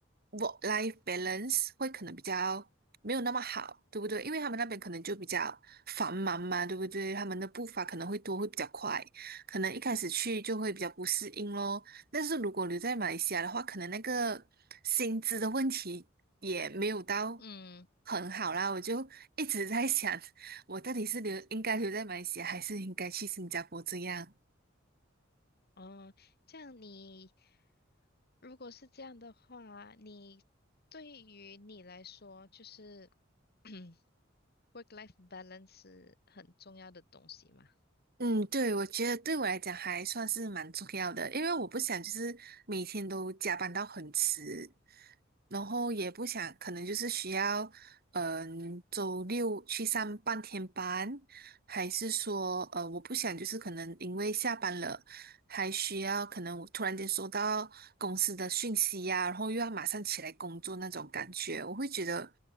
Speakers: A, on the right (about 50°); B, on the left (about 55°).
A: work life balance 会可能比较没有那么好，对不对？因为他们那边可能就比较繁忙嘛，对不对？他们的步伐可能会多，会比较快，可能一开始去就会比较不适应咯。但是如果留在马来西亚的话，可能那个薪资的问题也没有到
B: 嗯，
A: 很好啦。我就一直在想，我到底是留应该留在马来西亚，还是应该去新加坡这样？
B: 哦，这样你如果是这样的话，你对于你来说就是。<clears throat> work-life balance 是很重要的东西嘛？
A: 嗯，对，我觉得对我来讲还算是蛮重要的，因为我不想就是每天都加班到很迟，然后也不想可能就是需要，嗯，周六去上半天班，还是说，呃，我不想就是可能因为下班了，还需要可能我突然间收到公司的讯息呀、然后又要马上起来工作那种感觉，我会觉得。